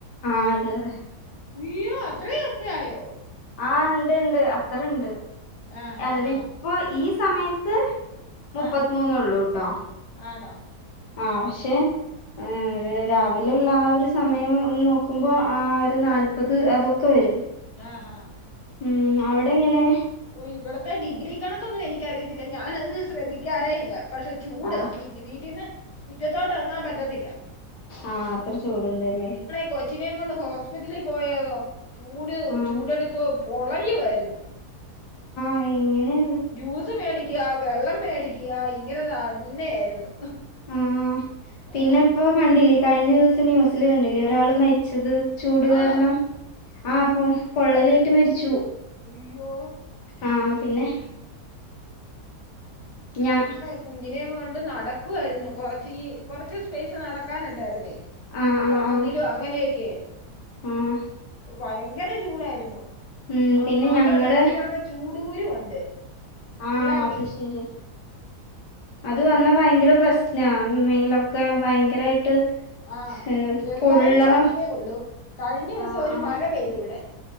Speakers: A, on the left (about 85°); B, on the left (about 25°).
A: ആഹ് അതെ അതെ
B: ഇയ്യോ അത്രയൊക്കെ ആയോ
A: ആഹ് ഇണ്ട് ഇണ്ട് അത്തറണ്ട്
B: ആ ഹാ
A: ല്ല
B: ഹാ
A: ഇപ്പോ ഈ സമയത്ത് മുപ്പത്തിമൂന്നള്ളൂട്ടോ
B: ആ ആണോ
A: ആഹ് പക്ഷെ ഏഹ് രാവിലെുള്ള ആ ഒരു സമയം നോക്കുമ്പോൾ ആ ഒരു നാല്പത് അതൊക്കെ വരും
B: ആഹ് ആഹ്
A: ഉം അവിടെ എങ്ങനെ
B: ഓഹ് ഇവിടത്തെ ഡിഗ്രി കണക്കൊന്നും എനിക്കറിയത്തില്ല ഞാനതൊന്നും ശ്രദ്ധിക്കാറേ ഇല്ല പക്ഷെ ചൂട്
A: ആഹ്
B: വി വീട്ടിന്ന് മിറ്റത്തോട്ട് എറങ്ങാൻ പറ്റത്തില്ല
A: ആഹ് അത്ര ചൂടുണ്ടല്ലേ
B: കൊച്ചിനേം കൊണ്ട് ഹോസ്പിറ്റലിൽ പോയതോ ചൂട്
A: ആഹ്
B: ചൂടെടുത്ത് പൊളയുവായിരുന്നു
A: ആഹ് എങ്ങനെ
B: ജ്യൂസ് മേടിക്കുക വെള്ളം മേടിക്കുക ഇങ്ങനെ തന്നെയായിരുന്നു
A: ഉം പിന്നെ
B: ആഹ്
A: ഇപ്പോ കണ്ടില്ലേ കഴിഞ്ഞ ദിവസം ന്യൂസില് കണ്ടില്ലേ ഒരാള് മരിച്ചത് ചൂട് കാരണം
B: ആണോ
A: ആ പ്പൊ പൊള്ളലേറ്റ് മരിച്ചു
B: ഉയ്യോ
A: ആഹ പിന്നെ ഞാൻ
B: കുഞ്ഞിനേം കൊണ്ട് നടക്കുവാരുന്നു കൊറച്ച് ഈ കൊറച്ച് സ്പേസ് നടക്കാനുണ്ടായിരുന്നേ
A: ആഹ്
B: സ്റ്റാൻഡിലും
A: ആഹ് ആഹ്
B: അങ്ങനെയൊക്കെ
A: ആഹ്
B: ഭയങ്കര ചൂടാരുന്നു
A: ഉം
B: ആഹ്
A: പിന്നെ
B: മാത്രല്ല
A: ഞങ്ങടെ
B: അവനാണെ ചൂട് കുരു ഒണ്ട്
A: ആഹ്
B: പിള്ളർക്കെ
A: അത് ശരി അത് വന്നാ
B: ഏഹ്
A: ഭയങ്കര പ്രശ്ന മേലൊക്കെ ഭയങ്കരായിട്ട്
B: ആഹ്
A: ഏഹ്
B: ചെറുതായിട്ട്
A: പൊള്ളണ
B: വന്നതേ ഒള്ളൂ കഴിഞ്ഞ ദിവസം
A: ആഹ്
B: ഒരു
A: ആഹ്
B: മഴ പെയ്ത് ഇവിടെ